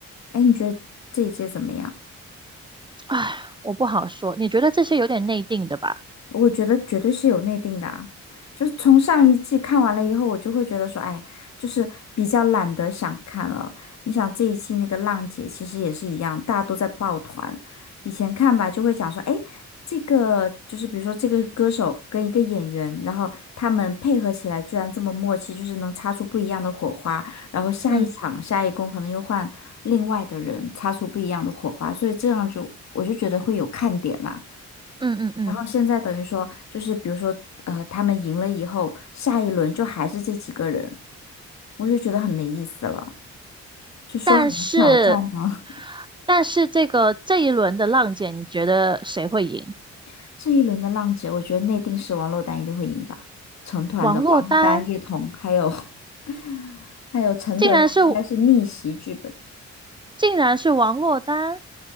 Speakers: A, on the left; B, on the right.
A: 哎，你觉得这一届怎么样？
B: 唉，我不好说，你觉得这些有点内定的吧？
A: 我觉得绝对是有内定的啊，就是从上一季看完了以后，我就会觉得说，哎，就是比较懒得想看了。你想这一季那个浪姐其实也是一样，大家都在抱团。以前看吧，就会讲说，哎，这个就是比如说这个歌手跟一个演员，然后他们配合起来居然这么默契，就是能擦出不一样的火花。然后下一场下一公可能又换另外的人擦出不一样的火花，
B: 嗯
A: 所以这样就我就觉得会有看点呐、
B: 嗯嗯嗯，
A: 然后现在等于说，就是比如说，呃，他们赢了以后，下一轮就还是这几个人，我就觉得很没意思了。就说好的挑战呢，
B: 但是但是这个这一轮的浪姐，你觉得谁会赢？
A: <laughs> 这一轮的浪姐，我觉得内定是王珞丹一定会赢吧。成团的王珞丹、
B: 王珞丹
A: 叶童，还有 <laughs> 还有陈德容，
B: 竟然是
A: 应该是逆袭剧本。
B: 竟然是王珞丹。